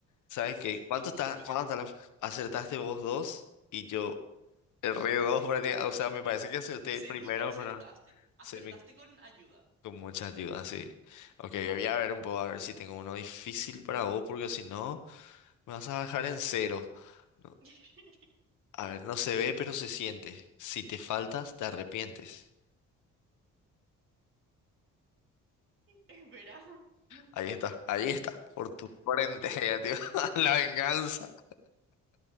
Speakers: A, on the left; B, on the right.
A: ¿Sabes qué? ¿Cuánto
B: Te juro
A: está?
B: que
A: ¿Cuánto
B: no.
A: está la- Acertaste vos dos y yo erré dos prácticamente. O sea, me parece que acerté el
B: Semi
A: primero,
B: acertaste.
A: pero
B: Acertaste
A: se me...
B: con ayuda.
A: con mucha ayuda, sí. Ok, voy a ver un poco a ver si tengo uno difícil para vos, porque si no. Me vas a dejar en cero. No,
B: <laughs>
A: a ver, no se ve, pero se siente. Si te faltas, te arrepientes.
B: Es verano. No,
A: Ahí está, ahí está. Por tu frente, <laughs> ya, tío. <laughs> La venganza.